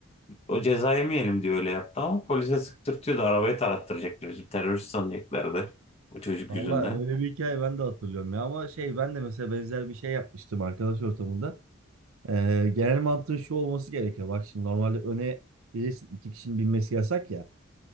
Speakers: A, on the left; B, on the right.
A: O ceza yemeyelim diye öyle yaptı ama polise sıktırtıyordu. Arabayı tarattıracaktı bizi. Terörist sanacaklardı. O çocuk
B: Valla
A: yüzünden.
B: öyle bir hikaye ben de hatırlıyorum ya ama şey ben de mesela benzer bir şey yapmıştım arkadaş ortamında. Ee, genel mantığı şu olması gerekiyor. Bak şimdi normalde öne bilirsin iki kişinin binmesi yasak ya.